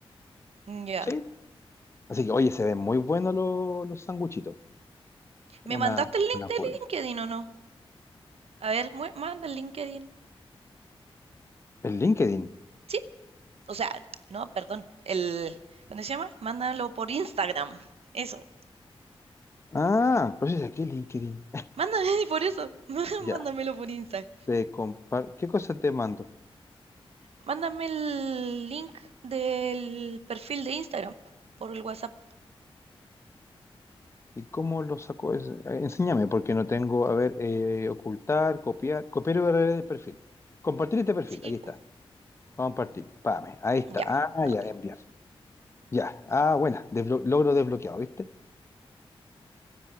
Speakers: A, on the right; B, on the left.
A: Mm, Ya.
B: ¿sí? Así que, oye, se ven muy buenos los, los sanguchitos. Una,
A: ¿Me mandaste el link
B: una
A: de
B: burger.
A: LinkedIn o no? A ver, mue- manda el LinkedIn.
B: El LinkedIn.
A: Sí. O sea, no, perdón. El, ¿cuándo se llama? Mándalo por Instagram. Eso.
B: Ah, pero si es aquí LinkedIn.
A: Mándame <laughs> por eso. <laughs>
B: Ya.
A: Mándamelo por Instagram.
B: Te compar- ¿Qué cosa te mando?
A: Mándame el link del perfil de Instagram po, por el WhatsApp.
B: ¿Y cómo lo saco? Es- eh, enséñame, porque no tengo. A ver, eh, ocultar, copiar. Copiar URL de perfil. Compartir este perfil.
A: Sí,
B: Ahí
A: po.
B: está. Compartir. Pame. Ahí está.
A: Ya,
B: Ah,
A: no
B: ya,
A: habla.
B: enviar. Ya. Ah, buena. desblo- logro desbloqueado, ¿viste?